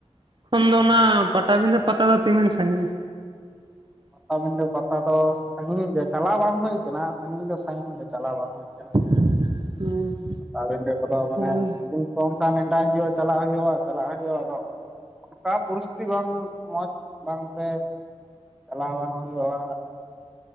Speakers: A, on the right (about 45°); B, in the centre.
A: ᱠᱷᱚᱱ ᱫᱚ ᱚᱱᱟ ᱯᱟᱴᱟᱵᱤᱸᱫᱟᱹ ᱯᱟᱛᱟ ᱫᱚ ᱛᱤᱢᱤᱱ ᱥᱟᱹᱜᱤᱧᱟ?
B: ᱯᱟᱛᱟᱵᱤᱱᱰᱟᱹ ᱯᱟᱛᱟ ᱫᱚ ᱥᱟᱹᱜᱤᱧ ᱧᱚᱜ ᱜᱮᱭᱟ ᱪᱟᱞᱟᱣ ᱵᱟᱝ ᱦᱩᱭ ᱠᱟᱱᱟ ᱥᱟᱹᱜᱤᱧ ᱫᱚ ᱥᱟᱹᱜᱤᱧ ᱜᱮ ᱪᱟᱞᱟᱣ ᱵᱟᱝ
A: <unintelligible>
B: ᱦᱩᱭ ᱠᱟᱱᱟ ᱯᱟᱴᱟᱵᱤᱸᱰᱟᱹ ᱠᱚᱫᱚ ᱢᱟᱱᱮ
A: ᱦᱳᱭ
B: ᱫᱤᱱ ᱠᱚ ᱚᱱᱠᱟ ᱱᱮᱰᱟᱭ ᱦᱩᱭᱩᱜᱼᱟ ᱪᱟᱞᱟᱜ ᱦᱩᱭᱩᱜᱼᱟ ᱪᱟᱞᱟᱜ ᱦᱩᱭᱩᱜᱼᱟ ᱟᱫᱚ ᱚᱱᱠᱟ ᱯᱚᱨᱤᱥᱛᱷᱤᱛᱤ ᱵᱟᱝ ᱢᱚᱡᱽ ᱵᱟᱝᱛᱮ ᱪᱟᱞᱟᱣ ᱵᱟᱝ ᱦᱩᱭᱩᱜᱼᱟ ᱾